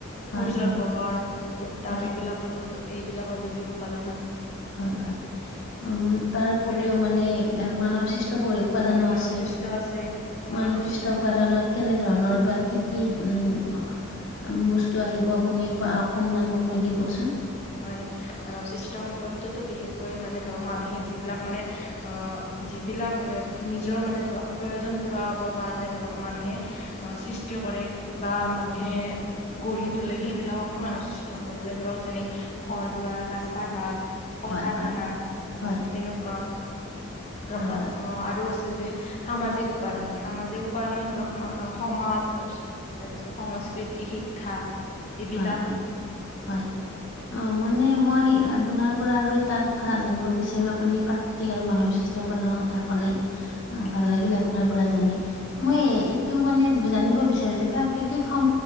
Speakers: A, on the left (about 30°); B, on the left (about 55°).
A: সূৰ্যৰ
B: হয় হয়
A: পোহৰ, উত্তাপ,
B: হয়
A: এইবিলাকতো এইবিলাকো জৈৱিক উপাদান হয়।
B: হয়, হয়। উম, তাৰ উপৰিও
A: তেনেকে
B: মানে, এ, মানৱ সৃষ্ট পৰি, উপাদানো
A: হয় মানৱ
B: আছে।
A: সৃষ্ট আছে মানৱ
B: মানৱসৃষ্ট
A: সৃষ্ট সম্পদ
B: উপাদানত, কেনে ধৰণৰ বা কি-কি, উম! বস্তু আহিব, আপুনি অকনমান মোক কৈ দিবচোন।
A: হয়, মানৱ সৃষ্ট সম্পদটোতো, বিশেষকৈ মানে, ধৰক মানুহে যিবিলাক মানে, অ' যিবিলাক, নিজৰ মানে ধৰক, প্ৰয়োজন পূৰাবৰ কাৰণে ধৰক, মানুহে অ' সৃষ্টি কৰে। বা মানুহে, গঢ়ি তোলে। সেইবিলাককে মানৱসৃষ্ট সম্পদ বোলে। ধৰক যেনে ঘৰ-দুৱাৰ, ৰাস্তা-ঘাট, কল-কাৰখানা,
B: হয় হয় হয়
A: তেনেকুৱা। ধৰক,
B: হয়
A: তাত
B: হয়
A: অ'! আৰু আছে। যে সামাজিক উপাদান, সামাজিক উপাদানত ধৰক, সমাজ। তাৰপিছত, তাৰপিছত, সংস্কৃতি, শিক্ষা। এইবিলাক
B: হয়, হয়, হয়। অ'! মানে, মই আপোনাৰ পৰা আৰু এটা কথা জানিব বিচাৰোঁ, আপুনি প্ৰা কৃতিক আৰু মানৱ সৃষ্ট উৎপাদনৰ কথা ক'লে,
A: হয়
B: ভাল লাগিল, আপোনাৰ পৰা জানি। মই, এইটো মানে, জানিব বিচাৰোঁ যে, প্ৰাকৃতিক সম,